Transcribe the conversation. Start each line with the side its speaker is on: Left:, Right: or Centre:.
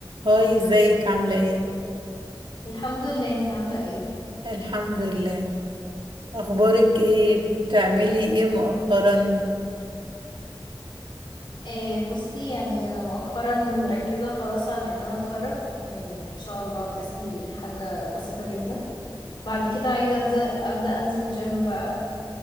Right: هاي ازيك عاملة ايه؟
Left: الحمد لله انتي عاملة ايه؟
Right: الحمد لله اخبارك ايه؟ بتعملي ايه مؤخرا؟
Left: إيه بصي يعني انا مؤخرا مركزة خلاص على ان انا اتخرج يعني ان شاء الله ناقص لي حاجة بسيطة جدا بعد كده عايزة انزل ابدأ انزل جيم بقى